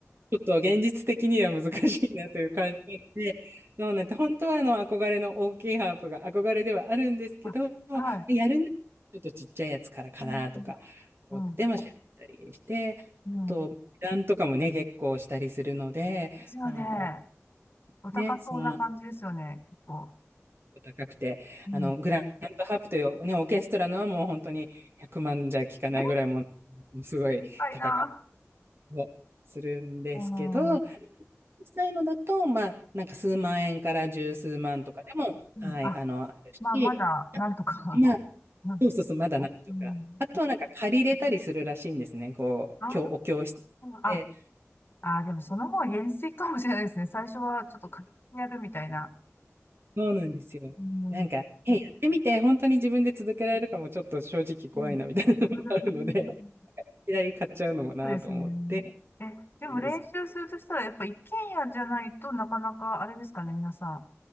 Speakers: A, on the right; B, on the left.
A: ちょっと現実的には難しいなという感じなので、そうなんて、本当はあの憧れの大きいハープが憧れではあるんですけど、
B: あ、はい。
A: やるならちょっとちっちゃいやつからかなとか思って、
B: うん、うん、うん。
A: まあ、調べたりして、
B: うん
A: あと、値段とかもね、結構したりするので、
B: 一応ね、
A: あの、
B: お高そうな感じですよね、
A: ね、そうなん
B: 結構。
A: 高くて、
B: うん。
A: あの、グランドハープという、ね、オーケストラのはもう本当に100万じゃ効かないぐらいも
B: え、
A: う、すごい高かっ
B: 高いな。
A: たりするんですけど、
B: うん。うん
A: 実際のだと、まあ、なんか数万円から十数万とかでも、
B: うんあ、
A: はい、あの、あるし、
B: まあ、まだ、なんとか。
A: まあ、
B: うん。
A: そうそうそう、まだなんとか。
B: うん
A: あとはなんか借りれたりするらしいんですね。こう、
B: あー
A: 教、お教室
B: あ
A: で。
B: ああ、でもその方が減衰かもしれないですね。最初はちょっと課金やるみたいな。
A: そうなんですよ。
B: うん。
A: なんか、
B: う
A: え、やってみて、本当に自分で続けられるかもちょっと正直怖いな、
B: ん。
A: みたいなのもあるので。
B: うん
A: きなり買っちゃうのもなと思って。
B: そうですね。え、でも練習するとしたら、
A: なんです。
B: やっぱ一軒家じゃないとなかなかあれですかね、皆さん。